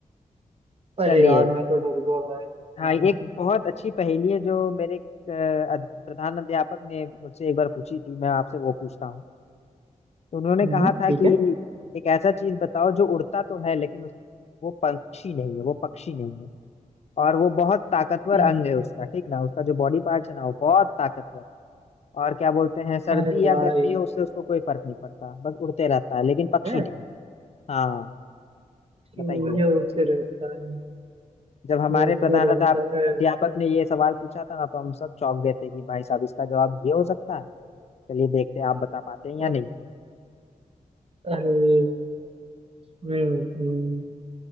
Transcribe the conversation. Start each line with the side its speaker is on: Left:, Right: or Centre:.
Right: अरे
Left: चलिए
Right: यार मैं तो डर गया भाई
Left: हाँ
Right: हाँ हाँ
Left: एक बहुत अच्छी पहेली है जो मेरे अ, अध- प्रधान अध्यापक ने मुझसे एक बार पूछी थी मैं आपसे वो पूछता हूँ तो उन्होंने
Right: हम्म,
Left: कहा
Right: हम्म,
Left: था
Right: ठीक
Left: कि
Right: है
Left: एक ऐसा चीज बताओ जो उड़ता तो है लेकिन उस, वो पंछी नहीं है वो पक्षी नहीं है और वो बहुत ताकतवर
Right: एक-
Left: अंग है उसका ठीक ना उसका जो बॉडी पार्ट है ना वो बहुत ताकतवर है और क्या बोलते हैं सर्दी
Right: अरे
Left: या
Right: भाई
Left: गर्मी हो उससे उसको कोई फर्क नहीं पड़ता बस उड़ते रहता है लेकिन पक्षी
Right: है
Left: नहीं हाँ बताइए
Right: कि नहीं उसे रहता है
Left: जब हमारे
Right: उसे
Left: प्रधानाध्याप
Right: रहता है
Left: अध्यापक ने ये सवाल पूछा था ना तो हम सब चौंक गए थे कि भाई साहब इसका जवाब ये हो सकता है चलिए देखते हैं आप बता पाते हैं या
Right: अ-
Left: नहीं
Right: अरे हम्म, हम्म,